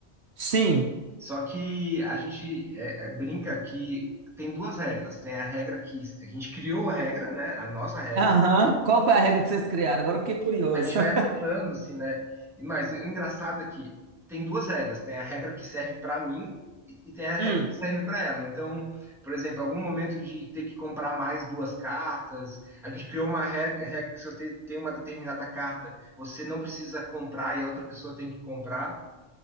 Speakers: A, on the right; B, in the centre.
A: Sim,
B: Só que a gente é, é, brinca que tem duas regras. Tem a regra que a gente criou a regra, né? A nossa regra.
A: Aham. Qual foi a regra que vocês criaram? Agora eu fiquei curioso.
B: a gente vai
A: <laughs>
B: anotando, assim, né? E mais, o engraçado é que tem duas regras. Tem a regra que serve para mim e e tem a regra
A: Hum,
B: que serve para ela. Então, por exemplo, algum momento de ter que comprar mais duas cartas, a gente criou uma regra, regra que se você tem uma determinada carta, você não precisa comprar e a outra pessoa tem que comprar.